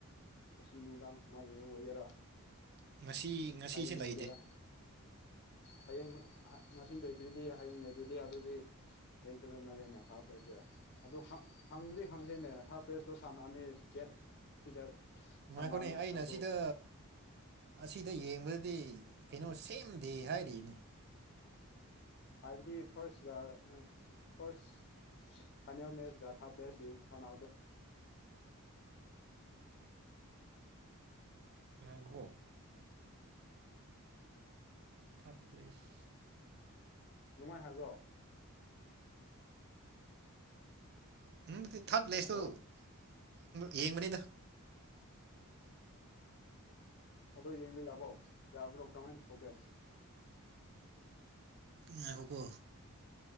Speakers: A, on the left (about 50°); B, on the right (about 45°).
A: ꯃꯁꯤ ꯅꯨꯡꯗꯥꯡ ꯋꯥꯥꯏ ꯑꯣꯏꯒꯦꯔꯥ
B: ꯉꯁꯤ ꯉꯁꯤꯁꯦ
A: ꯍꯌꯦꯡ ꯑꯣꯏꯒꯦꯔꯥ
B: ꯂꯩꯇꯦ
A: ꯍꯌꯦꯡ ꯃꯁꯤ ꯂꯩꯇ꯭ꯔꯤꯗꯤ ꯍꯌꯦꯡ ꯂꯩꯇ꯭ꯔꯤꯗꯤ ꯑꯗꯨꯗꯤ ꯂꯩꯇꯕꯩ ꯃꯥꯜꯂꯦꯅ ꯊꯥꯔꯛꯄ꯭ꯔꯁꯦ ꯑꯗꯨ ꯈꯪꯕꯗꯤ ꯈꯪꯁꯤꯅꯦ ꯊꯥꯔꯠ ꯄ꯭ꯔꯦꯁꯇ ꯁꯥꯟꯅꯅꯤ ꯗꯦꯠ ꯁꯤꯗ꯫
B: ꯉꯥꯏꯈꯣꯅꯦ
A: ꯁꯥꯟꯅꯅꯤ ꯍꯥꯏꯕꯗꯣ
B: ꯑꯩꯅ ꯁꯤꯗ ꯑꯁꯤꯗ ꯌꯦꯡꯕꯗꯗꯤ ꯀꯩꯅꯣ ꯁꯦꯝ ꯗꯦ ꯍꯥꯏꯔꯤꯅꯦ
A: ꯍꯥꯏꯕꯗꯤ ꯐꯥꯔꯁꯀ ꯐꯥꯔꯁ ꯐ ꯃꯁꯒꯊ ꯍꯥ ꯄ꯭ꯔꯦꯁ ꯊꯅꯥꯗ
B: <unintelligible> ꯊꯔꯠ ꯄ꯭ꯂꯦꯁ
A: ꯅꯨꯡꯉꯥꯏ ꯍꯥꯏꯕ꯭ꯔꯣ꯫
B: ꯎꯝꯗꯤ ꯊꯥꯔꯠ ꯂꯦꯁꯇꯨ
A: ꯍꯜꯂꯣ
B: ꯌꯦꯡꯕꯅꯤꯗ
A: ꯑꯗꯣ ꯌꯦꯡꯕ ꯌꯥꯕꯣ ꯌꯥꯕ꯭ꯔꯣ ꯀꯃꯥꯏꯅ ꯇꯧꯒꯦ
B: ꯉꯈꯣꯀꯣ